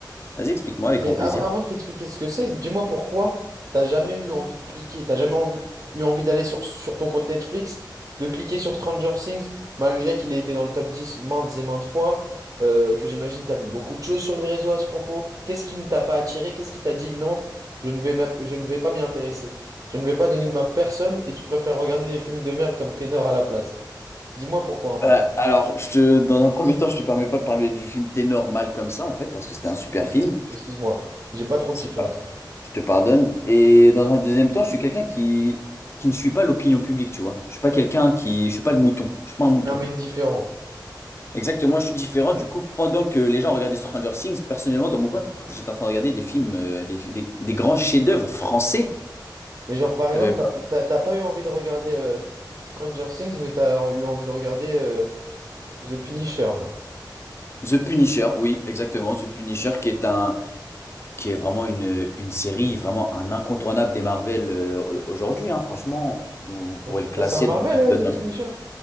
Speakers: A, on the left (about 35°); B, on the right (about 45°).
A: Vas-y, explique-moi avec
B: Mais
A: grand plaisir.
B: av- avant de t'expliquer ce que c'est, dis-moi pourquoi t'as jamais eu envie de cliquer, t'as jamais envie- eu envie d'aller sur, sur ton compte Netflix, de cliquer sur Stranger Things, malgré qu'il ait été dans le top 10 maintes et maintes fois, euh, que j'imagine t'as vu beaucoup de choses sur les réseaux à ce propos. Qu'est-ce qui ne t'a pas attiré? Qu'est-ce qui t'a dit non, je ne vais, m'app- je ne vais pas m'y intéresser. Je ne vais pas donner de ma personne et tu préfères regarder des films de merde comme Ténor à la place. Dis-moi pourquoi un peu.
A: Euh, alors, je te, dans un premier temps, je te permets pas de parler du film T'es normal comme ça, en fait, parce que c'était
B: Escu-
A: un super
B: excuse-
A: film.
B: Excuse-moi, j'ai pas trop
A: C'est
B: kiffé en tout cas.
A: Je te pardonne. Et dans un deuxième temps, je suis quelqu'un qui, qui ne suit pas l'opinion publique, tu vois. Je suis pas quelqu'un qui, je suis pas le mouton. Je suis pas un mouton.
B: T'es Un mec différent.
A: Exactement, je suis différent. Du coup, pendant que les gens regardaient Stranger Things, personnellement, dans mon coin, j'étais en train de regarder des films, euh, des, des- des grands chefs-d'œuvre français.
B: Mais genre, par exemple,
A: euh,
B: t'as, pe- t'as- t'as pas eu envie de regarder euh, Stranger Things, mais t'as eu envie de regarder euh, The Punisher, genre.
A: comme The Punisher, oui, exactement. The Punisher, qui est un, qui est vraiment une, une série, vraiment un incontournable des Marvel euh, aujourd'hui. hein. franchement, on pourrait
B: Ok.
A: le classer
B: Ah, c'est un Marvel,
A: dans le top.
B: euh,
A: euh, dans
B: The Punisher?
A: le-